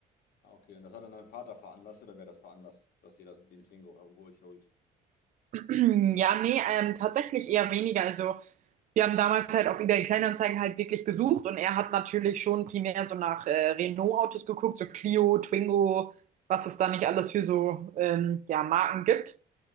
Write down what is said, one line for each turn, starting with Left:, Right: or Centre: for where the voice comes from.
Left: Ah, okay. Und das hat dann dein Vater veranlasst oder wer das veranlasst, dass ihr das, den Klingo ruhig holt?
Right: <clears throat> Ja, nee, ähm, tatsächlich eher weniger. Also, wir haben damals halt auf eBay Kleinanzeigen halt wirklich gesucht und er hat natürlich schon primär so nach äh, Renault-Autos geguckt, so Clio, Twingo, was es da nicht alles für so ähm, ja, Marken gibt.